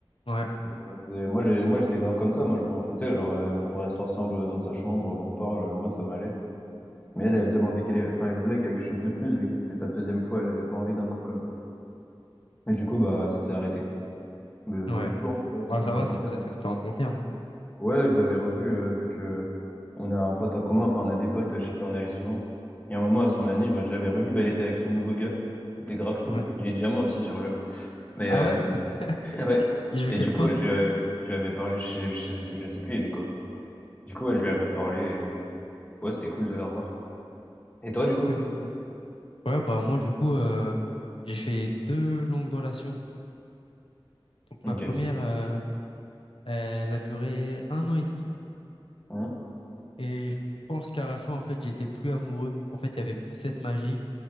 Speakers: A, on the left; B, on the left.
A: Ouais,
B: genre, elle faisait- Moi, j'ai... moi, j'étais grave comme ça. Moi, je m'en foutais. Genre, euh, qu'on reste ensemble dans sa chambre, qu'on parle. euh, Moi, ça m'allait. Mais elle, elle demandait qu'elle enfin, elle voulait quelque chose de plus, vu que c'était sa deuxième fois, elle avait pas envie d'un couple comme ça. Mais du coup, bah, ça s'est arrêté. Mais on
A: ouais.
B: est toujours en, en-
A: Bah ça
B: en
A: va,
B: bon
A: si
B: terme.
A: vous êtes restés en bon terme.
B: Ouais, je l'avais revue, euh, vu que on a un pote en commun, enfin, on a des potes chez qui on allait souvent. Il y a un moment, à son anniv, je l'avais revue, bah, elle était avec son nouveau gars. C'était grave cool.
A: Ouais.
B: Il est diamant aussi sur LoL. Mais,
A: Ah
B: euh,
A: ouais?
B: <laughs> ouais.
A: <laughs> Il joue
B: Et
A: quel
B: du
A: poste?
B: coup, ouais, je, lui avais je lui avais parlé, je, sais je sais plus, je sais plus, il est quoi. Du coup, ouais, je lui avais reparlé et, ouais, c'était cool de la revoir. Et toi, du coup?
A: Ah, c'est cool. Ouais, bah moi du coup, euh, j'ai fait deux longues relations. Donc
B: Ok.
A: ma première, euh, elle a duré un an et demi.
B: Hein
A: Et je pense qu'à la fin, en fait, j'étais plus amoureux. En fait, il y avait plus cette magie.